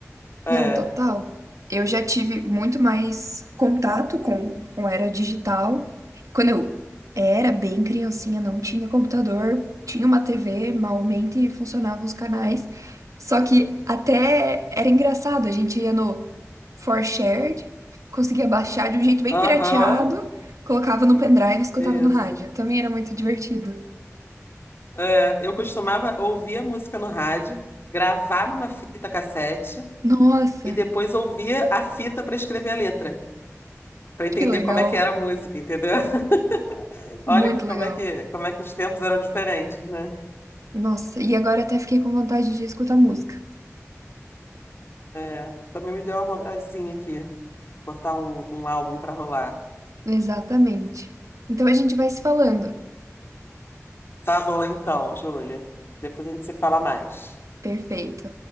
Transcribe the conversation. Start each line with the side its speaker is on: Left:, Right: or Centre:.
Left: É.
Right: Não, total. Eu já tive muito mais contato com, com era digital. Quando eu era bem criancinha, não tinha computador, tinha uma TV, malmente funcionavam os canais. Só que até era engraçado, a gente ia no ForShared, conseguia baixar de um jeito bem
Left: Aham.
Right: pirateado, colocava no pendrive e escutava
Left: Isso.
Right: no rádio. Também era muito divertido.
Left: É. Eu costumava ouvir a música no rádio, gravar numa fita cassete
Right: Nossa,
Left: e depois ouvir a fita para escrever a letra, para entender
Right: que legal,
Left: como é que era a música, entendeu? <laughs> Olha
Right: muito legal.
Left: como é que, como é que os tempos eram diferentes, né?
Right: Nossa, e agora até fiquei com vontade de escutar música.
Left: É. Também me deu uma vontadezinha aqui, botar um, um álbum para rolar.
Right: Exatamente. Então a gente vai se falando.
Left: Tá bom então, Júlia. Depois a gente se fala mais.
Right: Perfeito.